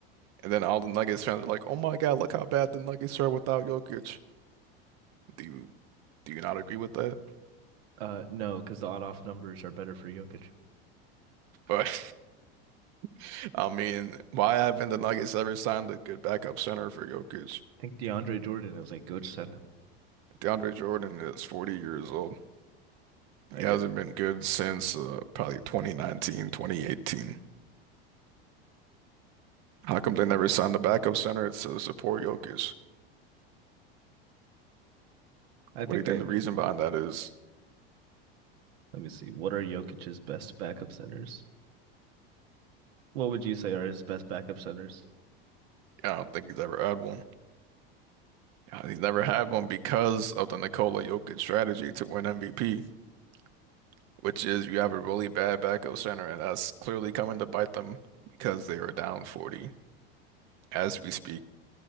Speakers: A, on the right; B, on the right.
A: And then all the Nuggets fans are like, "Oh my God, look how bad the Nuggets are without Jokic." Do you do you not agree with that?
B: Uh, no, because the on-off numbers are better for Jokic. I
A: But <laughs> I mean, why haven't the Nuggets ever signed a good backup center for Jokic?
B: think DeAndre Jordan is like good center.
A: DeAndre Jordan is 40 years old.
B: I
A: He hasn't
B: get.
A: been good since uh, probably 2019, 2018. How come they never signed the backup center to support Jokic?
B: I
A: What
B: think
A: do you
B: they.
A: think the reason behind that is?
B: Let me see. What are Jokic's best backup centers? What would you say are his best backup centers?
A: I don't think he's ever had one. Uh, He's never had one because of the Nikola Jokic strategy to win MVP. which is you have a really bad backup center, and that's clearly coming to bite them because they are down 40 as we speak.